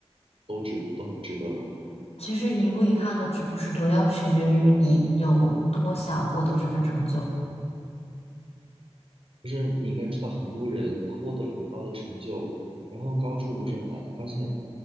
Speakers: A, on the right; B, on the left.
A: 都值，都很值得吗？
B: 其实遗不遗憾和值不值得，要取决于你有多想获得这份成就。
A: 就是你应该知道，很多人他获得了很高的成就，然后高处不胜寒，他发现